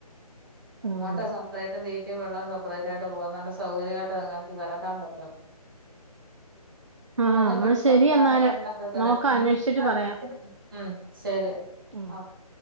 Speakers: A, on the right; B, on the right.
A: ഉം.
B: അങ്ങോട്ട് സെപ്പറേറ്റും തീറ്റിം വെള്ളോം സെപ്പറേറ്റ് ആയിട്ട് പോകാനുള്ള സൗകര്യായിട്ട് അതുങ്ങൾക്ക് കെടക്കാൻ പറ്റും.
A: ആ
B: ഒന്നും
A: എന്നാ
B: പിടിച്ചോണ്ട്
A: ശരി
B: പോവാൻ
A: എന്നാല്
B: ഒന്നും പറ്റത്തില്ല
A: നോക്കാം
B: ഉം
A: അന്വേഷിച്ചിട്ട്
B: ആഹ്
A: പറയാം
B: ഉം ശരി
A: ഉം
B: ഓക്കെ